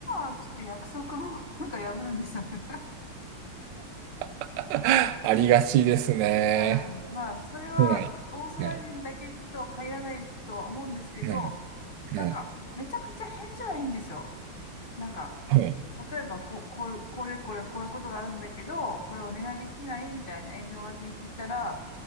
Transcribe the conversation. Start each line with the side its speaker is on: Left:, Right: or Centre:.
Left: あ、ちょっと約束も <laughs> なんか破るんですよね。
Right: <laughs> ありがちですね。
Left: <laughs> はい。まあ、それはオーストラリア人だけとは限らないとは思うんですけど、
Right: はい。はい。はい。
Left: なんか、
Right: はい。
Left: めちゃくちゃ返事はいいんですよ。なんか、
Right: はい。
Left: 例えばこう、こういう、これこれこういうことがあるんだけど、これお願いできないみたいな遠慮がちに聞いたら、